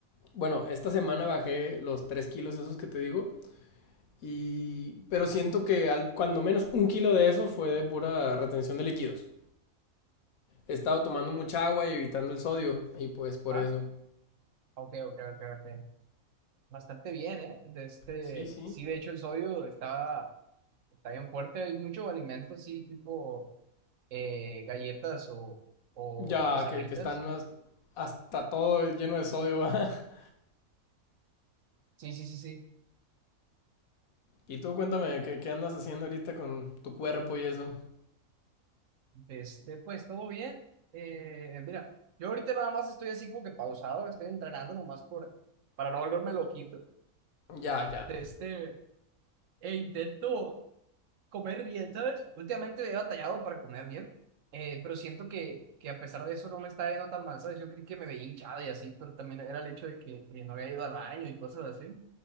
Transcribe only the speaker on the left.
bueno, esta semana bajé los 3 kilos esos que te digo. Y... Pero siento que al... cuando menos un kilo de eso fue de pura retención de líquidos. He estado tomando mucha agua y evitando el sodio. Y pues por
eso.
Sí, sí.
Ya
que, que están las- hasta todo lleno de sodio. ¿va? <laughs>
Y tú cuéntame, ¿qué, ¿qué andas haciendo ahorita con tu cuerpo y eso?
Ya, ya.